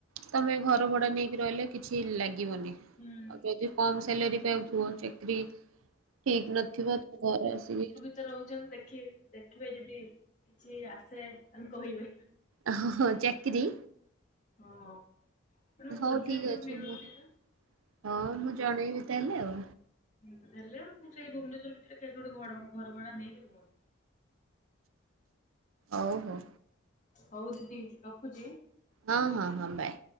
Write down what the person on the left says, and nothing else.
ହୁଁ
ତ ରହୁଛନ୍ତି ଦେଖ ଦେଖିବେ ଯଦି କିଛି ଆସେ ଆମେ କହିବେ।
ହଁ ଯଁ
ଖୋଜୁଛି
ମତେ
ମିଳୁନି
ନା
ଦେ ହେଲେ ମୁଁ ସେଇ ଭୁବନେଶ୍୍ୱର ଭିତରେ କେତେ ଗୋଟେ ଘ ଘର ଭଡା ନେଇକି ରୁହନ୍ତୁ।
ହଉ ଦିଦି ରଖୁଚି।